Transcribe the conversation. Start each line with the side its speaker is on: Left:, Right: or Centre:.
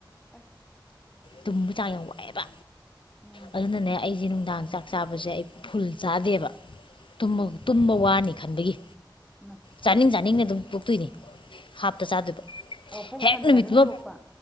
Centre: ꯑꯁ
Left: ꯇꯨꯝꯕ ꯆꯥꯡ ꯌꯥꯝ ꯋꯥꯏꯑꯦꯕ
Centre: ꯎꯝ
Left: ꯑꯗꯨꯅꯅꯦ ꯑꯩꯖꯦ ꯅꯨꯡꯗꯥꯡ ꯆꯥꯛ ꯆꯥꯕꯁꯦ ꯑꯩ ꯐꯨꯜ ꯆꯥꯗꯦꯕ ꯇꯨꯝꯕ ꯇꯨꯝꯕ ꯋꯥꯅꯤ ꯈꯟꯕꯒꯤ
Centre: ꯃꯥ
Left: ꯆꯥꯅꯤꯡ ꯆꯥꯅꯤꯡꯅ ꯑꯗꯨꯝ ꯇꯣꯛꯇꯣꯏꯅꯦ ꯍꯥꯞꯇꯥ ꯆꯥꯗꯣꯏꯕ
Centre: ꯑꯣ ꯄꯨꯛ
Left: ꯍꯦꯛ
Centre: ꯊꯟꯗꯅ
Left: ꯅꯨꯃꯤꯠꯇꯨꯃ
Centre: ꯑꯗꯨꯝ ꯇꯣꯛꯄ